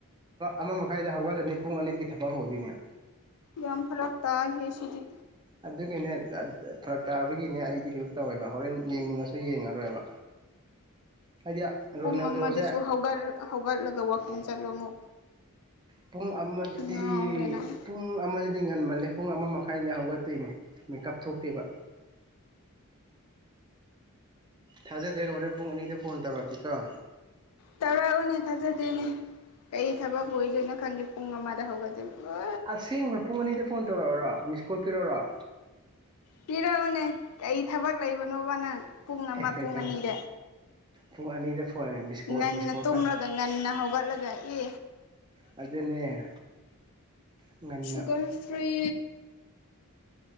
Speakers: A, on the right; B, on the left.
A: ꯑꯃ ꯃꯈꯥꯏꯗ ꯍꯧꯒꯠꯂꯅꯤ ꯄꯨꯡ ꯑꯅꯤꯒꯤ ꯊꯕꯛ ꯍꯧꯗꯣꯏꯅꯦ
B: ꯌꯥꯝ ꯐꯔꯛ ꯇꯥ ꯍꯦ ꯁꯤꯗꯤ
A: ꯑꯗꯨꯒꯤꯅꯦ ꯐꯔꯛ ꯇꯥꯕꯒꯤꯅꯦ ꯑꯩꯗꯤ ꯀꯩꯅꯣ ꯇꯧꯋꯦꯕ ꯍꯣꯔꯦꯟ ꯌꯦꯡꯅꯤꯡꯉꯁꯨ ꯌꯦꯡꯉꯔꯣꯏꯕ ꯍꯥꯏꯗꯤ ꯔꯣꯅꯦꯜꯗꯣꯁꯦ
B: ꯄꯨꯡ ꯑꯃꯗꯁꯨ ꯍꯧꯒꯠ ꯍꯧꯒꯠꯂꯒ ꯋꯥꯛꯀꯤꯡ ꯆꯠꯂꯣ ꯑꯃꯨꯛ
A: ꯄꯨꯡ ꯑꯃꯗꯤ
B: ꯉꯥꯎꯔꯦ ꯅꯪ
A: ꯄꯨꯡ ꯑꯃ ꯉꯜꯂ ꯄ ꯑꯃ ꯃꯈꯥꯏ ꯍꯧꯒꯠꯇꯣꯏꯅꯦ ꯃꯦꯀꯞ ꯊꯣꯛꯇꯦꯕ ꯊꯥꯖꯗ꯭ꯔꯦꯒ ꯍꯣꯔꯦꯟ ꯄꯨꯡ ꯑꯅꯤꯗ ꯐꯣꯟ ꯇꯧꯔꯛꯀꯦꯀꯣ
B: ꯇꯧꯔꯛꯎꯅꯦ ꯊꯥꯖꯗꯦꯅꯦ ꯀꯔꯤ ꯊꯕꯛ ꯑꯣꯏꯗꯣꯏꯅꯣ ꯈꯪꯒꯦ ꯄꯨꯡ ꯑꯃꯗ ꯍꯧꯒꯗꯦ ꯁ
A: ꯑꯁꯦꯡꯕ ꯄꯨꯡ ꯑꯅꯤꯗ ꯐꯣꯟ ꯇꯧꯔꯛꯎꯔꯣ ꯃꯤꯁꯀꯣꯜ ꯄꯤꯔꯛꯎꯔꯣ
B: ꯄꯤꯔꯛꯎꯅꯦ ꯀ ꯊꯕꯛ ꯂꯩꯕꯅꯣꯕ ꯅꯪ ꯄꯨꯡ
A: ꯑꯦ
B: ꯑꯃ
A: ꯀꯩ
B: ꯄꯨꯡ ꯑꯅꯤꯗ
A: ꯄꯨꯡ ꯑꯅꯤꯗ ꯐꯣꯟ ꯃꯤꯁꯀꯣꯜ
B: ꯉꯟꯅ
A: ꯃꯤꯁꯀꯣꯜ
B: ꯇꯨꯝꯂꯒ
A: ꯇꯧ
B: ꯉꯟꯅ ꯍꯧꯒꯠꯂꯒ ꯏ
A: ꯑꯗꯨꯅꯦ ꯉꯟꯅ
B: ꯁꯨꯒꯔ ꯐ꯭ꯔꯤ